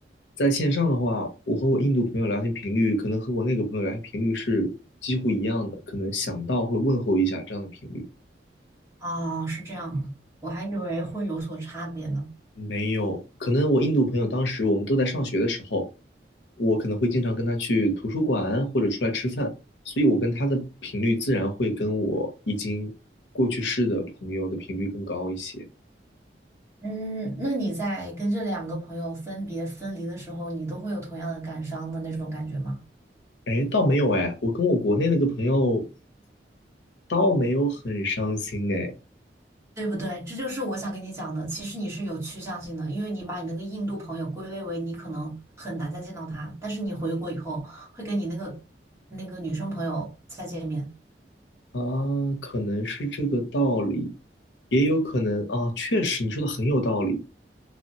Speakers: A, on the left; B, on the right.
A: 在线上的话，我和我印度朋友聊天频率可能和我那个朋友聊天频率是几乎一样的，可能想到会问候一下这样的频率。
B: 啊，是这样吗？我还以为会有所差别呢。
A: 没有，可能我印度朋友当时我们都在上学的时候，我可能会经常跟他去图书馆或者出来吃饭，所以我跟他的频率自然会跟我已经过去式的朋友的频率更高一些。
B: 嗯，那你在跟这两个朋友分别分离的时候，你都会有同样的感伤的那种感觉吗？
A: 哎，倒没有哎，我跟我国内那个朋友倒没有很伤心哎，
B: 对不对？这就是我想跟你讲的。其实你是有趋向性的，因为你把你那个印度朋友归类为你可能很难再见到他，但是你回国以后会跟你那个那个女生朋友再见面。
A: 啊，可能是这个道理，也有可能啊，确实你说的很有道理，